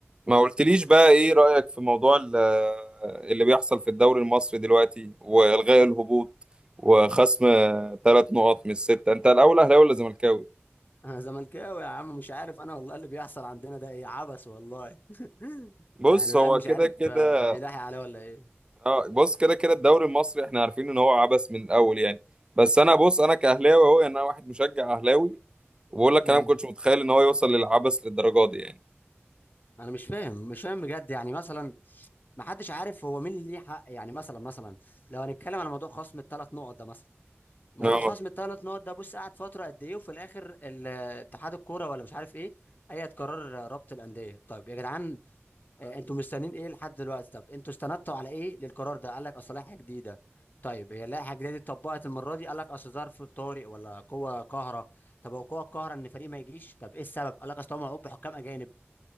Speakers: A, on the right; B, on the left.
A: ما قلتليش بقى ايه رأيك في موضوع ال- اللي بيحصل في الدوري المصري دلوقتي والغاء الهبوط وخصم ثلاث نقط من الستة انت الاول اهلاوي ولا زملكاوي
B: انا زملكاوي يا عم مش عارف انا والله اللي بيحصل عندنا ده ايه عبث والله <laughs>
A: بص
B: يعني الواحد
A: هو
B: مش
A: كده
B: عارف
A: كده
B: آه، يلاحي عليه ولا ايه
A: اه بص كده كده الدوري المصري احنا عارفين ان هو عبث من الاول يعني بس انا بص انا كاهلاوي اهو يعني انا واحد مشجع اهلاوي وبقول لك
B: امم
A: انا ما كنتش متخيل ان هو يوصل للعبث للدرجة دي يعني
B: انا مش فاهم مش فاهم بجد يعني مثلا ما حدش عارف هو مين اللي ليه حق يعني مثلا مثلا لو هنتكلم على موضوع خصم الثلاث نقط ده مثلا موضوع
A: اه
B: خصم الثلاث نقط ده بص قعد فتره قد ايه وفي الاخر ال- اتحاد الكوره ولا مش عارف ايه اي قرار رابط الانديه طيب يا جدعان آه، انتوا مستنيين ايه لحد دلوقتي طب انتوا استندتوا على ايه للقرار ده قال لك اصل لائحه جديده طيب هي اللائحه الجديده دي اتطبقت المره دي قال لك اصل ظرف طارئ ولا قوه قاهره طب هو قوه قاهره ان فريق ما يجيش طب ايه السبب قال لك اصل هو معقوب بحكام اجانب